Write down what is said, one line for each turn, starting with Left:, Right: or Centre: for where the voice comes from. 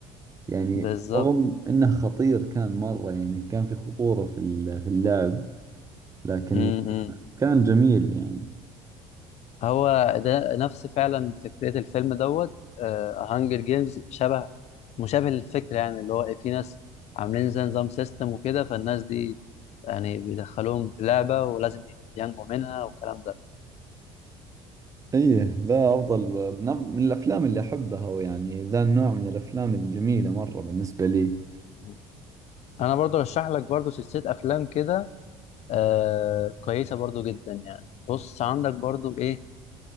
Right: يعني
Left: بالظبط
Right: رغم انه خطير كان مرة يعني كان في خطورة في ال- في اللعب لكن
Left: امم
Right: كان جميل يعني
Left: هو ده نفس فعلا فكرة الفيلم دوت هانجر جيمز شبه مشابه للفكرة يعني اللي هو إيه، في ناس عاملين زي نظام سيستم وكده فالناس دي يعني بيدخلوهم في لعبة ولازم ينجوا منها والكلام ده
Right: ايه ذا افضل
Left: م-
Right: من, أف- من الافلام اللي احبها ويعني ذا النوع من الافلام الجميلة مرة بالنسبة لي
Left: م. أنا برضو رشح لك برضو سلسلة أفلام كده آه كويسة برضو جدا يعني بص عندك برضو إيه